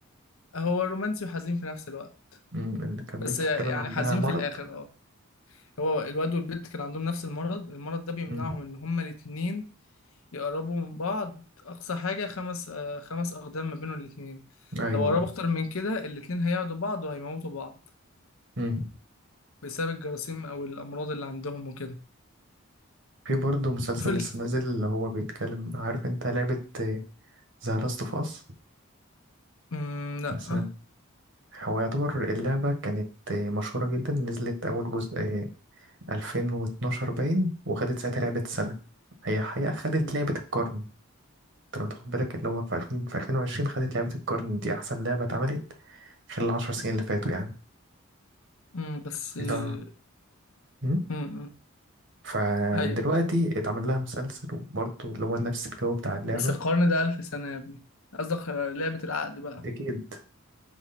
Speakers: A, on the left; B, on the right.
A: هو رومانسي وحزين في نفس الوقت
B: أمم، اللي كان
A: بس
B: بنت
A: يعني
B: تقريبا عندها
A: حزين
B: مرض
A: في الاخر اه هو الواد والبنت كان عندهم نفس المرض المرض ده بيمنعهم
B: أمم.
A: ان هما الاتنين يقربوا من بعض أقصى حاجة خمس آه خمس أقدام ما بينهم الاتنين
B: ايوه
A: لو قربوا أكتر من كده الاتنين هيعدوا بعض وهيموتوا بعض
B: أمم.
A: بسبب الجراثيم أو الأمراض اللي عندهم وكده
B: في برضه مسلسل
A: وفي ال...
B: لسه نازل اللي هو بيتكلم عارف انت لعبة ذا لاست اوف اس
A: مم لأ
B: مثلا هو يعتبر اللعبة كانت آه، مشهورة جدا نزلت أول جزء 2012 باين وخدت ساعتها لعبة السنة هي حقيقة خدت
A: مم
B: لعبة القرن انت لو تاخد بالك اللي هو في 2000 في 2020 خدت لعبة القرن دي أحسن لعبة اتعملت خلال العشر سنين اللي فاتوا يعني
A: مم بس
B: ده
A: مم
B: مم.
A: مم.
B: فدلوقتي
A: أيوة
B: اتعمل لها مسلسل وبرضه اللي هو نفس الجو بتاع اللعبة
A: بس القرن ده ألف سنة يا ابني قصدك آه، لعبة العقد بقى
B: ديكيد